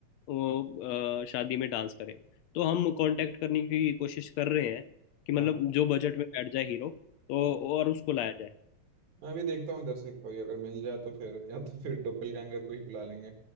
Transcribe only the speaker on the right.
हाँ
हाँ
मैं भी देखता हूँ इधर से कोई अगर मिल जाए तो फिर या तो फिर डोपलगैंगर को ही बुला लेंगे